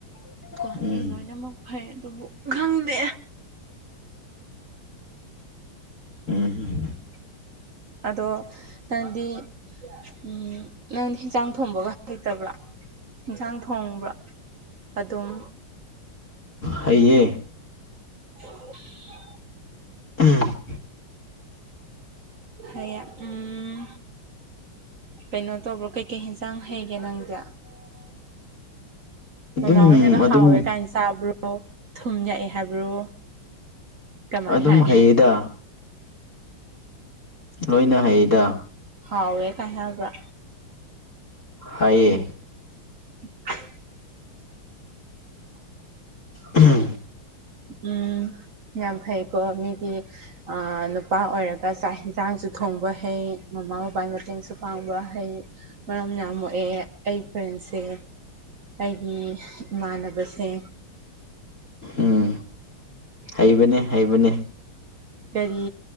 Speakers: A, on the right; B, on the left.
A: ꯀꯣ
B: ꯎꯝ
A: ꯃꯤ ꯂꯣꯏꯅꯃꯛ ꯐꯩ ꯑꯗꯨꯕꯨ ꯈꯪꯗꯦ
B: ꯎꯝ
A: ꯑꯗꯣ ꯅꯪꯗꯤ ꯎꯝ ꯅꯪ ꯌꯦꯟꯁꯥꯡ ꯊꯣꯡꯕꯒ ꯍꯩꯇꯕ꯭ꯔ ꯌꯦꯟꯁꯥꯡ ꯊꯣꯡꯕ꯭ꯔ ꯑꯗꯨꯝ
B: ꯍꯥꯏꯌꯦ
A: <unintelligible>
B: ꯎꯝ
A: ꯍꯌꯥ ꯎꯝ ꯀꯩꯅꯣ ꯇꯧꯕ꯭ꯔꯣ ꯀꯩꯀꯩ ꯌꯦꯟꯁꯥꯡ ꯍꯩꯒꯦ ꯅꯪꯗꯤ
B: ꯑꯗꯨꯝ
A: ꯃꯃꯥ ꯍꯣꯏꯅꯒ
B: ꯑꯗꯨꯝ
A: ꯍꯥꯎꯋꯦ ꯀꯥꯏꯅ ꯆꯥꯕ꯭ꯔꯣ ꯊꯨꯝ ꯌꯥꯛꯑꯦ ꯍꯥꯏꯕ꯭ꯔꯣ ꯀꯃꯥꯏ
B: ꯑꯗꯨꯝ
A: ꯍꯥꯏ
B: ꯍꯩꯌꯦꯗ ꯂꯣꯏꯅ ꯍꯩꯌꯦꯗ
A: ꯍꯥꯎꯋꯦ ꯀꯥꯏ ꯍꯥꯏꯕ
B: ꯍꯥꯏꯌꯦ
A: <unintelligible>
B: ꯎꯝ
A: ꯎꯝ ꯌꯥꯝ ꯐꯩꯀꯣ ꯃꯤꯗꯤ ꯅꯨꯄꯥ ꯑꯣꯏꯔꯒ ꯆꯥꯛ ꯌꯦꯟꯁꯥꯡꯁꯨ ꯊꯣꯡꯕ ꯍꯩ ꯃꯃꯥ ꯕꯕꯥꯒꯤ ꯃꯇꯦꯡꯁꯨ ꯐꯥꯡꯕ ꯍꯩ ꯃꯔꯝ ꯌꯥꯝ ꯃꯣꯛꯑꯦ ꯑꯩ ꯐ꯭ꯔꯦꯟꯁꯦ ꯑꯩꯒꯤ ꯏꯃꯥꯟꯅꯕꯁꯦ
B: ꯎꯝ ꯍꯩꯕꯅꯤ ꯍꯩꯕꯅꯤ
A: ꯀꯒꯥꯔꯤ